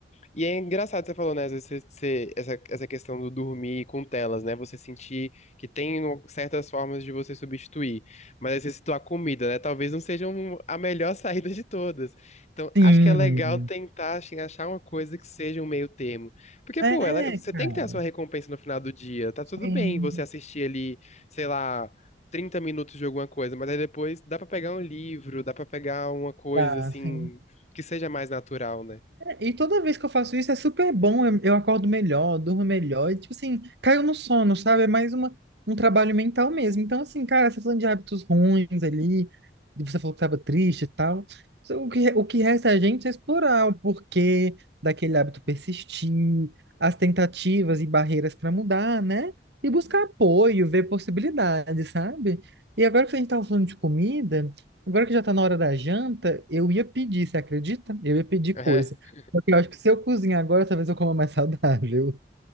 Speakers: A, on the left; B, on the right.
A: E é engraçado você falou, né? Às vezes você- você- essa, essa questão do dormir com telas, né? Você sentir que tem um- certas formas de você substituir. Mas às vezes citou a comida, né? Talvez não seja um- a melhor <laughs> saída de todas. Então,
B: Sim.
A: acho que é legal tentar assim, achar uma coisa que seja um meio termo. Porque,
B: É,
A: pô, ela- você
B: cara.
A: tem que ter a sua recompensa no final do dia. Tá
B: Sim,
A: tudo bem você assistir ali, sei lá. trinta minutos de alguma coisa, mas aí depois dá pra pegar um livro, dá pra pegar uma coisa
B: dá,
A: assim
B: sim.
A: que seja mais natural, né?
B: E toda vez que eu faço isso é super bom, eu, eu acordo melhor, durmo melhor, e tipo assim, caiu no sono, sabe? É mais uma, um trabalho mental mesmo. Então, assim, cara, você tá falando de hábitos ruins ali, e você falou que tava triste e tal. O que, o que resta a gente é explorar o porquê daquele hábito persistir, as tentativas e barreiras para mudar, né? E buscar apoio, ver possibilidades, sabe? E agora que a gente tava falando de comida, agora que já tá na hora da janta, eu ia pedir, você acredita? Eu ia pedir
A: <laughs>
B: coisa. Porque eu acho que se eu cozinhar agora, talvez eu coma mais <laughs> saudável.